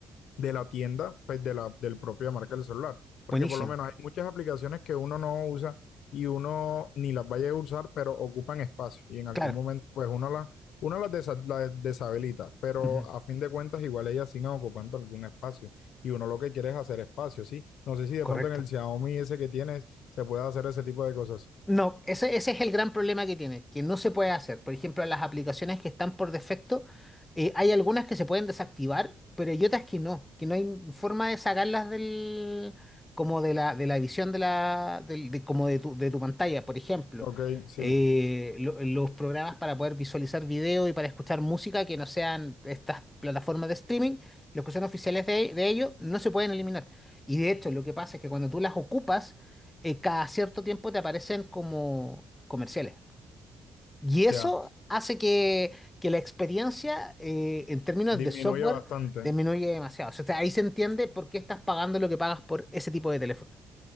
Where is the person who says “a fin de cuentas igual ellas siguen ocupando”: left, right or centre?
Left